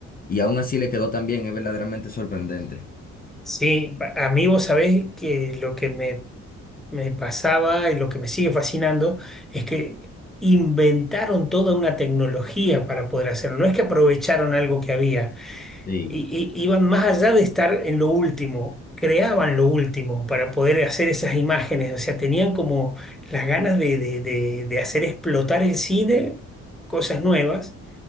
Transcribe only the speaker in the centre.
Sí, a mí vos sabés que lo que me me pasaba y lo que me sigue fascinando es que inventaron toda una tecnología para poder hacerlo. No es que aprovecharon algo que había,
I- i- iban más allá de estar en lo último, creaban lo último para poder hacer esas imágenes. O sea, tenían como las ganas de, de- de- de hacer explotar el cine, cosas nuevas